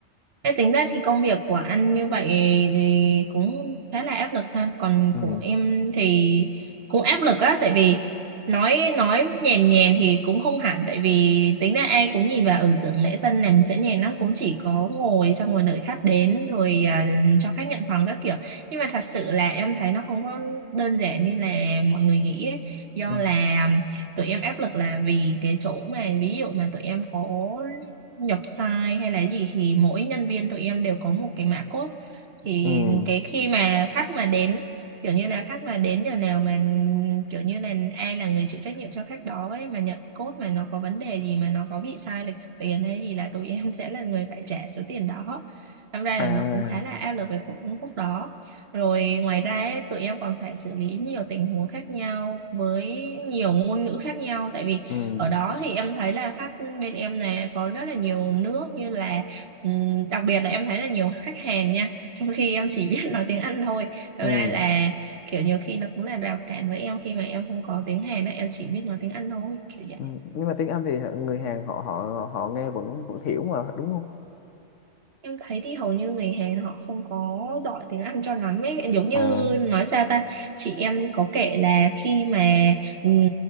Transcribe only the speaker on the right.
thế tính ra thì công việc của anh như vậy thì cũng khá là áp lực ha. Còn
của em thì cũng áp lực á, tại vì nói nói nhèn nhèn thì cũng không hẳn, tại vì tính ra ai cũng nhìn vào ừ tưởng lễ tân làm sẽ nhèn lắm, cũng chỉ có ngồi xong rồi đợi khách đến rồi à, cho khách nhận phòng các kiểu. Nhưng mà thật sự là em thấy nó không có đơn giản như là mọi người nghĩ ấy. Do
là tụi em áp lực là vì cái chỗ mà ví dụ mà tụi em có nhập sai hay là gì thì mỗi nhân viên tụi em đều có một cái mã code thì
cái khi mà khách mà đến kiểu như là khách mà đến giờ nào mà kiểu như là ai là người chịu trách nhiệm cho khách đó ấy mà nhận code mà nó có vấn đề gì mà nó có bị sai lệch tiền hay gì là tụi <laughs> em sẽ là người phải trả số tiền đó Năm ra
là nó cũng khá là áp lực về cũng khúc đó rồi ngoài ra ấy, tụi em còn phải xử lý nhiều tình huống khác nhau với nhiều ngôn ngữ khác nhau tại vì
ở đó thì em thấy là khách bên em này có rất là nhiều nước như là ừm, đặc biệt là em thấy là nhiều khách Hàn nha trong khi em chỉ <laughs> biết nói tiếng Anh thôi thật
ra là kiểu nhiều khi nó cũng là rào cản với em khi mà em không có tiếng Hàn á em chỉ biết nói tiếng Anh thôi kiểu vậy
Em thấy thì hầu như người Hàn họ không có giỏi tiếng Anh cho lắm ấy. Giống như
nói sao ta, chị em có kể là khi mà ừm,